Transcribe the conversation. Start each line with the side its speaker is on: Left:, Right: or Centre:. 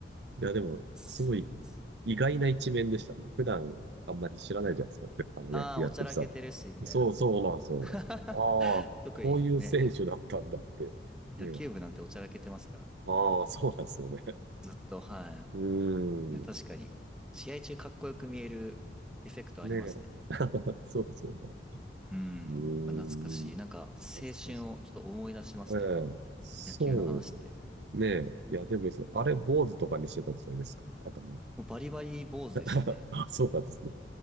Right: いや、でも、
Centre: そうです。
Right: すごい意外な一面でしたね。普段あんまり知らないじゃないですか。あの野球やってるさ。
Centre: ああ、おちゃらけてるし、みたいな。
Right: そうそうなんですよ。
Centre: <laughs>
Right: ああ、
Centre: 特にね、
Right: こういう選手だったんだって。
Centre: や、
Right: ねえ。
Centre: 野球部なんておちゃらけてますからね。
Right: ああ、そうなんですよね。
Centre: ずっと、は
Right: うーん。
Centre: い。ね、確かに。試合中かっこよく見えるエフェクトありますね。
Right: ねえ。<laughs> そうですよね。
Centre: うん。
Right: うーん。
Centre: あ懐かしい。なんか、青春をちょっと思い出しますね、
Right: 確かに。ええ。
Centre: この野球の話って。
Right: そうねえ。いや、でもいいですよ。あれ、坊主とかにしてたじゃないですか。頭。
Centre: もうバリバリ坊主でしたね。
Right: <laughs> あ、そうなんですね。